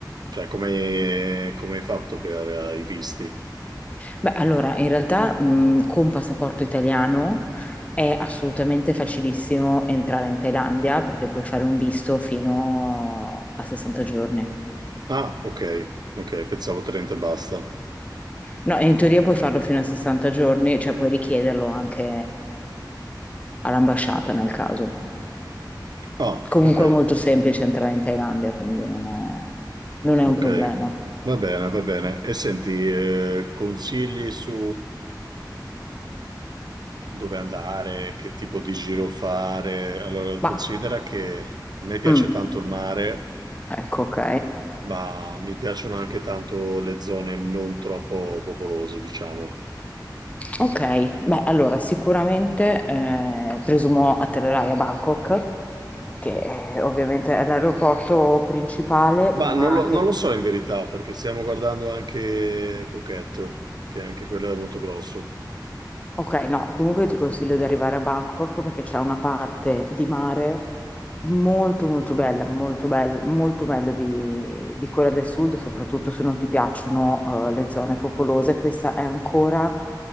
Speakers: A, on the right (about 65°); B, on the left (about 20°).
A: Cioè, come, come hai fatto per eh, i visti?
B: Beh, allora, in realtà, mh, con passaporto italiano è assolutamente facilissimo entrare in Thailandia perché puoi fare un visto fino a 60 giorni.
A: Ah, ok, ok, pensavo 30 e basta.
B: No, in teoria puoi farlo fino a 60 giorni, cioè puoi richiederlo anche all'ambasciata nel caso.
A: Ah,
B: Comunque
A: ok,
B: è molto semplice entrare in Thailandia, quindi non è, non è
A: ok,
B: un problema.
A: va bene, va bene. E senti, eh, consigli su dove andare, che tipo di giro fare? Allora, considera
B: Ma,
A: che a me piace
B: mm,
A: tanto il mare,
B: ecco, ok.
A: ma mi piacciono anche tanto le zone non troppo popolose, diciamo.
B: Ok, beh, allora sicuramente eh, presumo atterrerai a Bangkok, che eh, ovviamente è l'aeroporto principale,
A: Ma
B: ma
A: non lo,
B: anche
A: non lo so in verità, perché stiamo guardando anche Phuket, che anche quello è molto grosso.
B: Ok, no, comunque io ti consiglio di arrivare a Bangkok perché c'è una parte di mare molto molto bella, molto bella, molto meglio di, di quella del sud, soprattutto se non ti piacciono eh, le zone popolose. Questa è ancora,